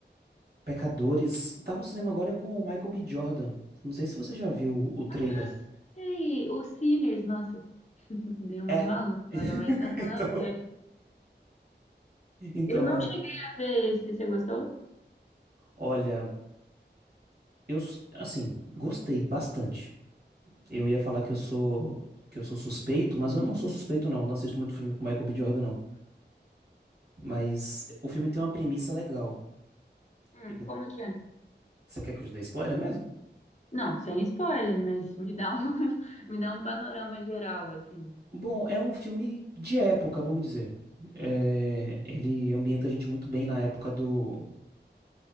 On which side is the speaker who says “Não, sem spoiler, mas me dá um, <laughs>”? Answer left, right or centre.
Left